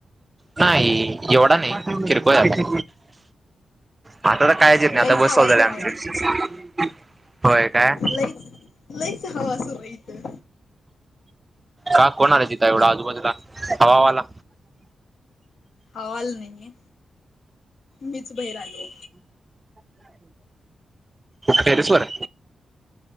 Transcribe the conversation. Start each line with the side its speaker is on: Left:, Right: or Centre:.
Right: नाही एवढा नाही किरकोळ आहे. आता तर कायच येत नाही
Left: लईच
Right: आता बस
Left: हवा
Right: चालू
Left: सुरू
Right: झाली आमची.
Left: आहे
Right: होय काय?
Left: लईच लईच हवा सुरू आहे इथं
Right: का कोण आलं तिथ एवढा आजूबाजूला हवावाला
Left: हवावाला नाही मीच बाहीर आलो.
Right: टेरेसवर?